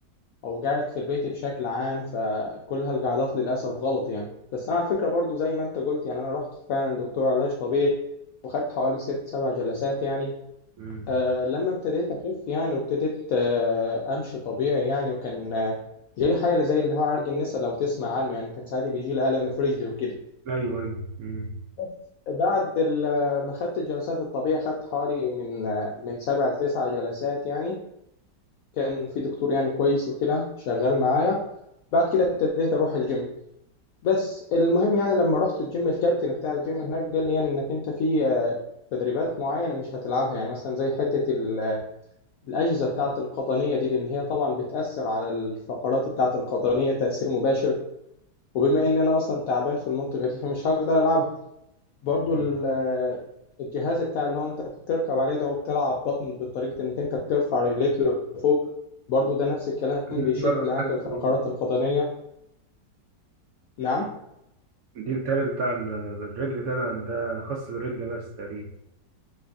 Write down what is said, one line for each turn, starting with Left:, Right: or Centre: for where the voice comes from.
Left: او قاعد في البيت بشكل عام فكل هالقعدات للاسف غلط يعني بس انا على فكره برضو زي ما انت قلت يعني انا رحت فعلا لدكتور علاج طبيعي وخدت حوالي ست سبع جلسات يعني
Right: مم.
Left: آه لما ابتديت اخف يعني وابتديت آه امشي طبيعي يعني وكان آه، جالي حاجه زي اللي هو عرج النسا لو تسمع عنه يعني كان ساعات بيجي لي الم في رجلي وكده
Right: أيوه أيوه مم.
Left: بس بعد ال- ما خدت الجلسات الطبية خدت حوالي من من سبع لتسع جلسات يعني كان في دكتور يعني كويس وكده شغال معايا بعد كده ابتديت اروح الجيم بس المهم يعني لما رحت الجيم الكابتن بتاع الجيم هناك قال لي يعني انك انت في آه، تدريبات معينة مش هتلعبها يعني مثلا زي حتة ال- الأجهزة بتاعة القطنية دي لأن هي طبعا بتأثر على الفقرات بتاعة القطنية تأثير مباشر وبما إن أنا أصلا تعبان في المنطقة دي فمش هقدر ألعبها برضو ال-
Right: مم.
Left: الجهاز بتاع اللي هو انت بتركب عليه ده وبتلعب بطن بطريقة انك انت بترفع رجليك لفوق برضو ده نفس الكلام
Right: فدي
Left: بيشد
Right: بتمرن
Left: معاك
Right: حاجة معينة
Left: الفقرات القطنية نعم
Right: دي بالتالي بتاع ال- الرجل ده بقى ده خاص بالرجل بس تقريبا